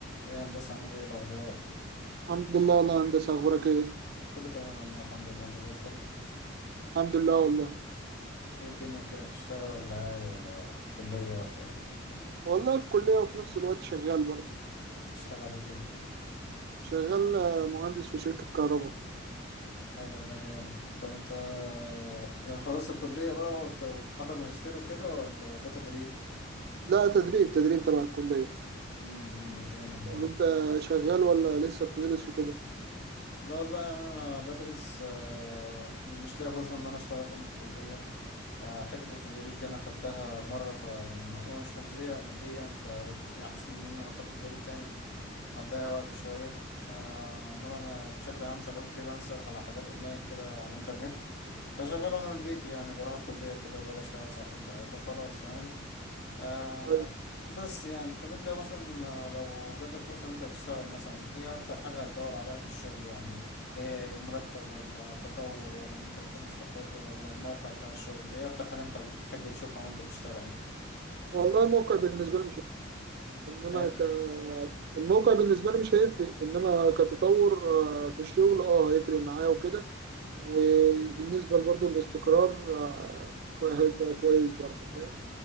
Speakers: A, on the left; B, on the right.
A: ايه يا هندسة عامل ايه الأخبار؟
B: الحمد لله والله يا هندسة أخبارك إيه؟
A: كله تمام والله الحمد لله انت زي الفل
B: الحمد لله والله
A: ايه الدنيا كده بتشتغل ولا قاعد ولا في كلية ولا ايه؟
B: والله في كلية وفي نفس الوقت شغال برضه
A: بتشتغل ايه كده؟
B: شغال آه، مهندس في شركة كهرباء
A: حلو ده جامد طب انت يعني خلصت الكلية بقى وت- وبتحضر ماجستير وكده ولا ده تدريب؟
B: لا تدريب تدريب تبع الكلية
A: امم جامد
B: طب
A: ده
B: وأنت شغال ولا لسه بتدرس وكده؟
A: لا والله يعني انا بدرس آه، مش لاقي فرصة ان انا اشتغل جنب الكلية آه، حتة التدريب دي أنا خدتها مرة فيعني ما- هي مش مجزية ماديا فأحسن إن أنا لو خدت تدريب تاني هتضيع وقت شوية آه إنما أنا بشكل عام شغال فريلانسر على حاجات أونلاين كده على الإنترنت فشغال أنا من البيت يعني بروح الكلية كده وباجي أشتغل ساعتين تلاتة وخلاص فاهم آه
B: أيوة.
A: بس يعني طب انت مثلا آه، لو جاتلك فرصة ان انت تشتغل مثلا ايه اكتر حاجة هتدور عليها في الشغل يعني ايه المرتب ولا التطور ولا ان انت تكون مستقر ولا الموقع بتاع الشغل ايه اكتر حاجة انت بتحب تشوفها وانت بتشتغل يعني
B: والله الموقع بالنسبة لي مش هيفرق. إنما
A: إيه؟
B: ك الموقع بالنسبة لي مش هيفرق إنما كتطور آه، في الشغل أه هيفرق معايا وكده وبالنسبة برضه الاستقرار آه، كوي- هيبقى كويس برضه فاهم؟